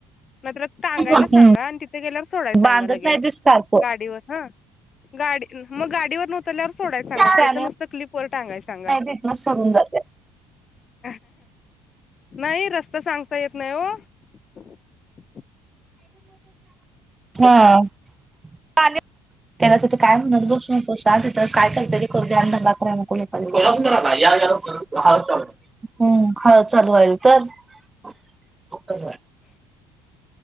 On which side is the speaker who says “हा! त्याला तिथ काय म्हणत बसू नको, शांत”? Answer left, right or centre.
Right